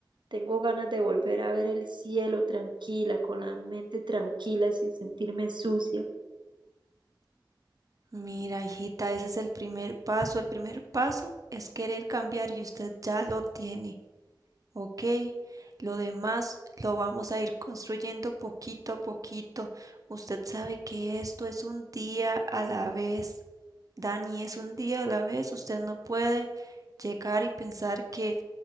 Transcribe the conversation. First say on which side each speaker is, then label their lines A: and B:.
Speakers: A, on the right (about 70°); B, on the right (about 45°).
A: Tengo ganas de volver a ver el cielo tranquila, con la mente tranquila, sin sentirme sucia.
B: Mira, hijita, ese es el primer paso. El primer paso es querer cambiar y usted ya lo tiene. Ok, lo demás lo vamos a ir construyendo poquito a poquito. Usted sabe que esto es un día a la vez. Dani, es un día a la vez. Usted no puede llegar y pensar que,